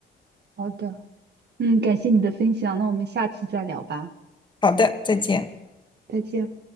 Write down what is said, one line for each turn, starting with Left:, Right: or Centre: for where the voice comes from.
Right: 好的，嗯，感谢你的分享，那我们下次再聊吧，
Left: 好的，再见。
Right: 再见。